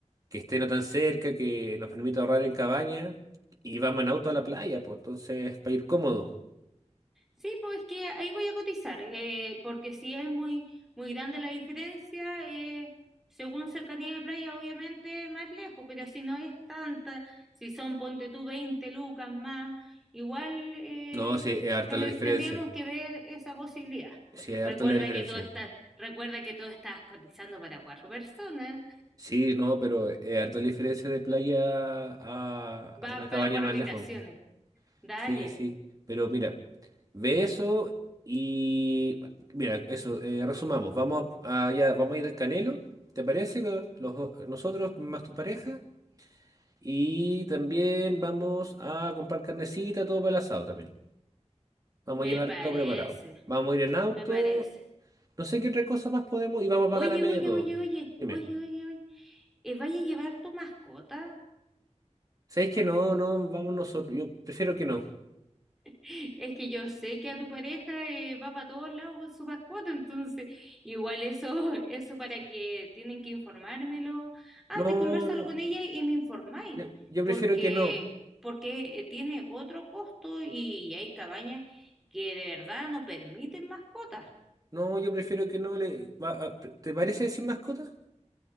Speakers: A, on the right; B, in the centre.
A: que esté no tan cerca, que nos permita ahorrar en cabaña, y vamos en auto a la playa, pues entonces para ir cómodo.
B: Sí, pues es que ahí voy a cotizar, eh, porque si es muy, muy grande la diferencia, eh, según cercanía de playa, obviamente más lejos, pero si no es tanta, si son, ponte tú, veinte, lucas más, igual eh,
A: No, sí, es harta
B: te-
A: la diferencia.
B: tendríamos que ver esa posibilidad.
A: Sí, es harta
B: Recuerda
A: la diferencia.
B: que tú estás, recuerda que tú estás cotizando para cuatro personas,
A: Sí, no, pero es harta la diferencia de playa a, a
B: va
A: una cabaña
B: para cuatro
A: más
B: habitaciones.
A: lejos.
B: Dale,
A: Sí, sí, pero mira, ve eso y mira, eso, eh, resumamos, vamos a, a- ya, vamos a ir al Canelo, ¿te parece? Con Los, nosotros más tu pareja y también vamos a comprar carnecita, todo para el asado también. Vamos
B: me
A: a llevar
B: parece,
A: todo preparado. Vamos a ir en auto,
B: me parece.
A: no sé qué otra cosa más podemos y vamos a
B: Oye,
A: pagar a media
B: oye,
A: todo.
B: oye, oye,
A: Dime,
B: oye, oye, oye. Eh, ¿vaya a llevar tu mascota? <laughs>
A: ¿sabéis que no, no, vamos nosotros? Yo prefiero que no.
B: Es que yo sé que a tu pareja eh, va para todos lados con su mascota, entonces igual eso, <laughs> eso para que tienen que informármelo. Antes
A: No,
B: conversalo
A: no,
B: con ella y me informáis,
A: yo, yo prefiero
B: porque,
A: que no.
B: porque eh, tiene otro costo y hay cabañas que de verdad no permiten mascotas.
A: No, yo prefiero que no le... va a- ¿Te parece sin mascota?